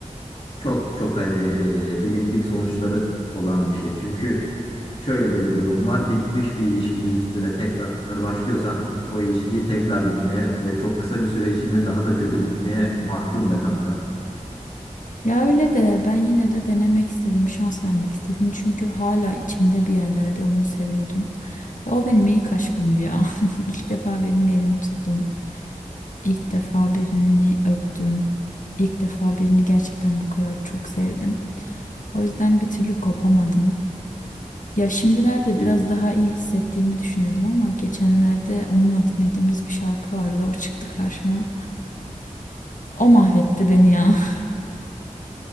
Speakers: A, on the left (about 45°); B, on the left (about 75°).
A: çok çok hani e, bilindik sonuçları olan bir şey. Çünkü şöyle de bir durum var. Bitmiş bir ilişkinin üstüne tekrar başlıyorsan o ilişkiyi tekrar bitmeye ve çok kısa bir süre içinde daha da kötü bitmeye mahkum be kanka.
B: Ya öyle de ben yine de denemek istedim, şans vermek istedim. Çünkü hala içimde bir yerlerde onu seviyordum. Ya o benim ilk aşkımdı ya. <laughs> İlk defa birinin elini tuttum. İlk defa birini öptüm. İlk defa birini gerçekten bu kadar çok sevdim. O yüzden bir türlü kopamadım. Ya şimdilerde
A: İlk,
B: biraz daha iyi hissettiğimi düşünüyordum ama geçenlerde onunla dinlediğimiz bir şarkı vardı. O çıktı karşıma. O mahvetti beni ya. <laughs>